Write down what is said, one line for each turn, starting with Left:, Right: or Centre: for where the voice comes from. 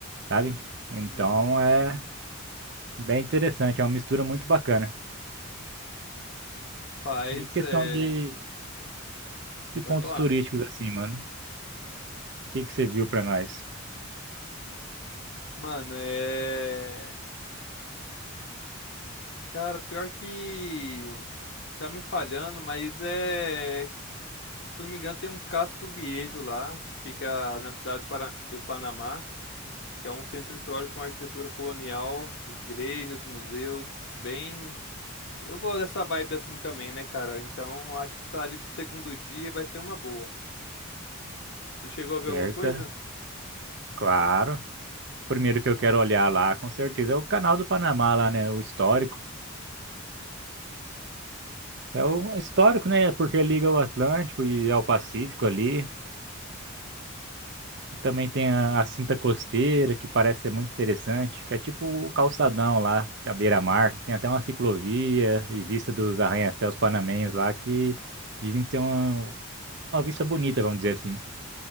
Right: sabe? Então,
Left: uhum.
Right: é bem interessante, é uma mistura muito bacana.
Left: Paz
Right: E questão
Left: é.
Right: de, de
Left: Pode
Right: pontos
Left: falar.
Right: turísticos assim, mano. O que que você viu pra nós?
Left: Mano, é. Cara, pior que. Tá me falhando, mas é. Se eu não me engano, tem um Casco Viejo lá, que fica na cidade do Para- do Panamá, que é um centro histórico com arquitetura colonial, igrejas, museus, bem. Eu gosto dessa vibe assim também, né, cara? Então acho que tá ali pro segundo dia, vai ser uma boa. Tu chegou a ver
Right: Certa?
Left: alguma coisa?
Right: Claro. primeiro que eu quero olhar lá, com certeza, é o canal do Panamá lá, né? O histórico. É o histórico, né? Porque liga o Atlântico e ao Pacífico ali. E também tem a, a cinta costeira, que parece ser muito interessante, que é tipo o calçadão lá, à beira-mar. Tem até uma ciclovia e vista dos arranha-céus panamenhos lá, que dizem ser uma, uma vista bonita, vamos dizer assim.